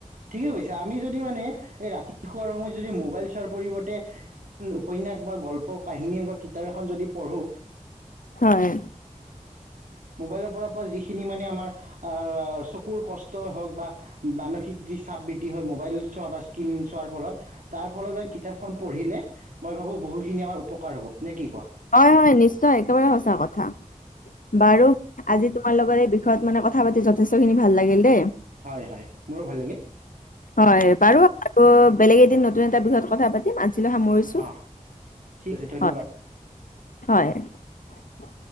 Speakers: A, on the right (about 75°); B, on the left (about 85°).
A: ঠিকে কৈছা আমি যদি মানে এই ৰাতি শোৱাৰ সময়ত যদি মোবাইল চোৱাৰ পৰিৱৰ্তে উপন্যাস বা গল্প কাহিনী কিতাপ এখন যদি পঢ়ো।
B: হয়।
A: মোবাইলৰ পৰা যিখিনি মানে আমাৰ আহ চকুৰ কষ্টই হওঁক বা মানসিক যি চাপ বৃদ্ধি হয় মোবাইল চোৱা বা স্কিন চোৱাৰ ফলত। তাৰ ফলত কিতাপখন পঢ়িলে মই ভাবোঁ বহুখিনি আমাৰ উপকাৰ হ'ব। নে কি কোৱা?
B: হয়, হয় নিশ্চয় একেবাৰে সঁচা কথা। বাৰু আজি তোমাৰ লগৰ এই বিষয়ত মানে কথা পাতি যথেষ্টখিনি ভাল লাগিল দেই।
A: হয়, হয় মোৰো ভাল লাগিল।
B: হয় বাৰু আৰু বেলেগ এদিন নতুন এটা বিষয়ত কথা পাতিম। আজিলৈ সামৰিছোঁ
A: অঁ ঠিক আছে ধন্যবাদ
B: হয়। হয়।